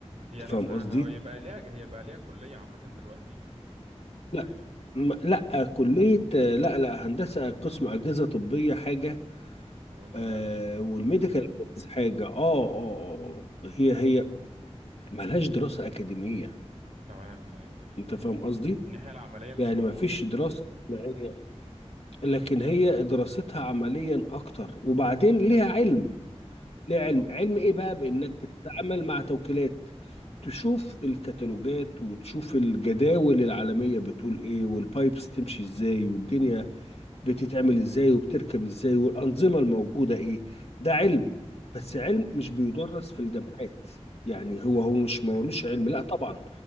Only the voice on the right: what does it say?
هي
ناس
آه،
هي بقى ليها هي بقى ليها كلية عامة دلوقتي
آه،
وانتوا
حاجة
تمام فهمتك
الناحية العملية مش
موجودة
صح
اه
صح
مم.
مم.